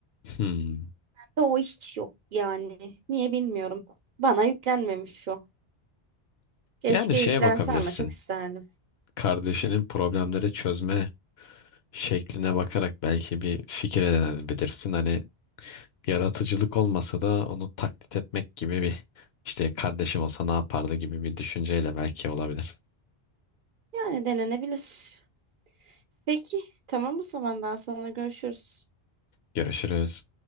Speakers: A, on the left; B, on the right.
A: Hmm.
B: Bende o hiç yok yani. Niye bilmiyorum. Bana yüklenmemiş o. Keşke
A: Yani şeye
B: yüklense
A: bakabilirsin.
B: ama çok isterdim.
A: Kardeşinin problemleri çözme şekline bakarak belki bir fikir edinebilirsin. Hani yaratıcılık olmasa da onu taklit etmek gibi bir işte kardeşim olsa ne yapardı gibi bir düşünceyle belki olabilir.
B: Yani denenebilir. Peki tamam o zaman daha sonra görüşürüz.
A: Görüşürüz.